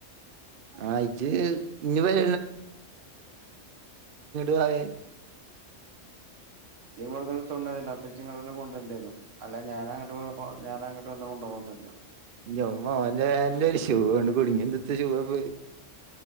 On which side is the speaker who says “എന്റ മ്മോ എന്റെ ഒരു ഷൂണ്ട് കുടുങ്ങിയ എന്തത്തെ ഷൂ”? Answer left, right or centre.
Right